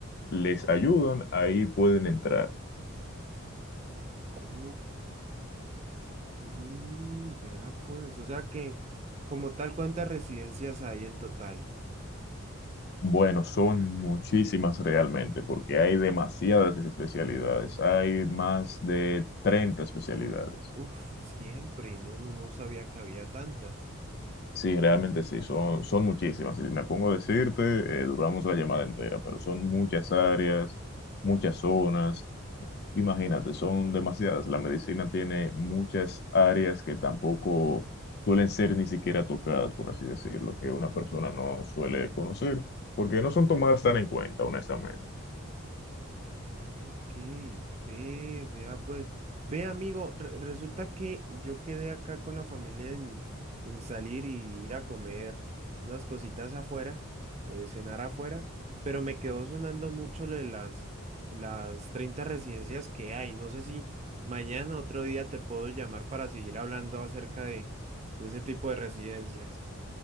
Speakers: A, on the left; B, on the right.
A: les ayudan, ahí pueden entrar.
B: Ok. Mm, vea pues, o sea que como tal, ¿cuántas residencias hay en total?
A: Bueno, son muchísimas realmente, porque hay demasiadas especialidades, hay más de 30 especialidades.
B: Uf, siempre, no, no, no sabía que había tantas.
A: Sí, realmente sí, son, son muchísimas. Si me pongo a decirte, eh, duramos la llamada entera, pero son muchas áreas, muchas zonas. Imagínate, son demasiadas. La medicina tiene muchas áreas que tampoco suelen ser ni siquiera tocadas, por así decirlo, que una persona no suele conocer, porque no son tomadas tan en cuenta, honestamente.
B: Ok, ve, vea pues, ve amigo, re- resulta que yo quedé acá con la familia en, en salir y ir a comer unas cositas afuera, eh, cenar afuera, pero me quedó sonando mucho lo de las, las 30 residencias que hay. No sé si mañana otro día te puedo llamar para seguir hablando acerca de, de ese tipo de residencias.